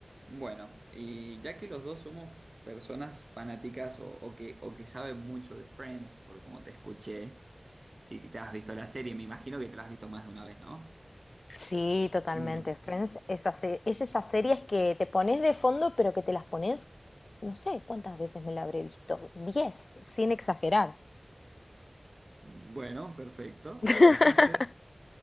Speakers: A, on the right (about 45°); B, on the left (about 65°).
A: Bueno, y ya que los dos somos personas fanáticas o, o que, o que saben mucho de Friends, por como te escuché, y que te has visto la serie, me imagino que te la has visto más de una vez, ¿no?
B: Sí, totalmente.
A: Bien.
B: Friends es, esa es esas series que te pones de fondo, pero que te las pones, no sé cuántas veces me la habré visto. Diez, sin exagerar.
A: Bueno, perfecto.
B: <laughs>
A: Entonces,